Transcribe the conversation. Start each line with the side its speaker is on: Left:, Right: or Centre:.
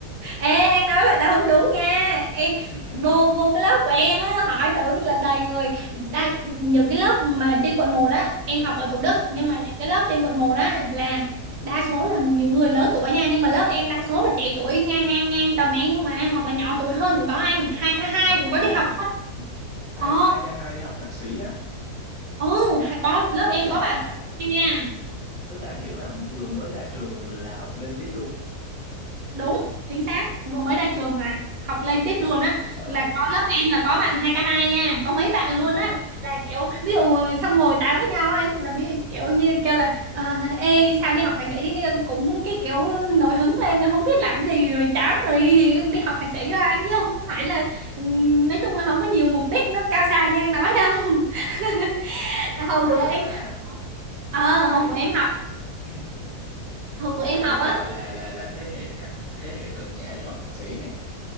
Right: Ê, anh nói vậy là không đúng nha. Em
Left: <laughs>
Right: vô vô cái lớp của em á, hỏi thử là đầy người đa, những cái lớp mà trên quận một á, em học ở Thủ
Left: Ừ,
Right: Đức
Left: hứ.
Right: nhưng mà những cái lớp trên quận một á là đa số là những người lớn tuổi nha, nhưng mà lớp em đa số là trẻ tuổi ngang ngang ngang tầm em không à, hoặc là nhỏ tuổi hơn cũng có anh, hai k hai
Left: Ờ,
Right: cũng
Left: hay
Right: có đi học
Left: vậy
Right: luôn.
Left: hay
Right: Ờ,
Left: hai k hai đi học thạc sĩ á
Right: ừ, có lớp
Left: tức
Right: em
Left: là
Right: có bạn nha.
Left: tức là anh hiểu là vừa mới ra trường là học lên tiếp luôn
Right: đúng chính xác vừa mới ra trường là học lên tiếp luôn
Left: trời
Right: á
Left: ơi
Right: là có lớp em là có bạn hai k hai nha có mấy bạn luôn
Left: Ừ.
Right: á là kiểu ví dụ ngồi- xong ngồi tám với nhau anh là ví, dụ kiểu như kêu là "Ờ, ê sao đi học thạc sĩ Cái- cũng cái kiểu nổi hứng lên không biết làm gì rồi chán rồi thì đi học thạc sĩ đó anh chứ không phải là ừm, nói chung là không có nhiều mục đích nó cao xa như anh nói đâu <laughs> À, hôm
Left: hay
Right: bữa
Left: ha
Right: em ờ
Left: này
Right: hôm bữa em học
Left: <clears throat>
Right: hôm bữa em
Left: cái này
Right: học
Left: người ta
Right: á
Left: gọi là là là thế hệ thạc thế hệ cực nhã đi học thạc sĩ này